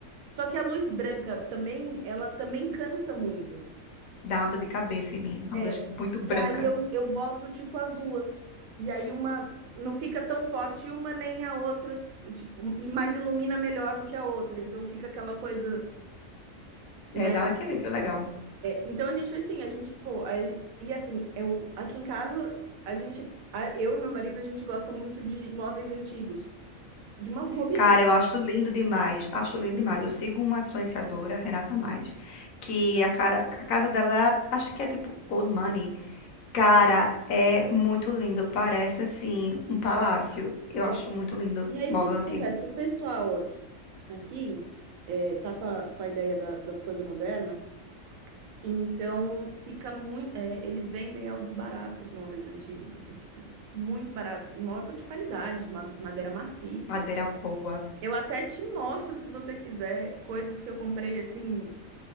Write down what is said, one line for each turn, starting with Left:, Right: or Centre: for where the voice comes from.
Right: Só que a luz branca também, ela também cansa muito.
Left: Dá uma dor de cabeça em mim. Uma
Right: É.
Left: luz muito branca.
Right: E aí eu, eu boto tipo as duas. E aí uma não fica tão forte uma nem a outra, tipo, e mais ilumina melhor do que a outra. Então fica aquela coisa, né?
Left: É, dá um equilíbrio legal.
Right: Então a gente foi assim, a gente, pô, a- e assim, eu aqui em casa, a gente, a- eu e meu marido, a gente gosta muito de móveis antigos, de mo- mobília
Left: Cara,
Right: antiga.
Left: eu acho lindo demais. Acho lindo demais. Eu sigo uma influenciadora, Renata Mais, que a, cara, a casa dela, é, acho que é tipo Old Money. Cara, é muito lindo. Parece assim um palácio. Eu
Right: É.
Left: acho muito lindo.
Right: E aí,
Left: Móvel
Right: o que que
Left: antigo.
Right: acontece? O pessoal aqui, aqui é, tá com a, com a ideia da- das coisas modernas. Então fica muito, eles vendem ao desbarato os móveis antigos, assim, tipo, muito barato. E móvel de qualidade, ma- madeira maciça.
Left: Madeira boa.
Right: Eu até te mostro, se você quiser, coisas que eu comprei assim.